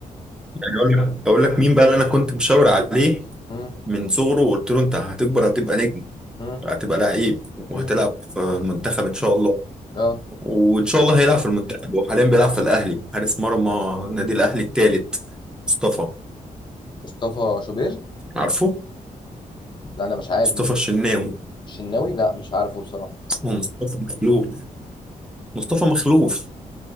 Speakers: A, in the centre; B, on the left.
A: يعني اقول لك اقول لك مين بقى اللي انا كنت مشاور عليه
B: امم
A: من صغره وقلت له انت هتكبر هتبقى نجم
B: امم
A: هتبقى لعيب وهتلعب
B: امم
A: في المنتخب ان شاء الله
B: اه
A: وان شاء الله هيلعب في المنتخب وحاليا بيلعب في الاهلي حارس مرمى النادي الاهلي الثالث مصطفى
B: مصطفى شوبير
A: عارفه
B: لا انا مش عارف
A: مصطفى
B: مين
A: الشناوي
B: الشناوي لا مش عارفه بصراحه
A: اسمه مصطفى مخلوف مصطفى مخلوف